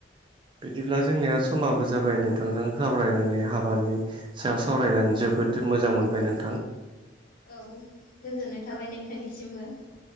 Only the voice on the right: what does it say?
बिदिब्ला जोंनिया समाबो जाबाय नोंथांजों सावरायनानै हाबानि सायाव सावरायनानै जोबोद मोजां मोनबाय नों
औ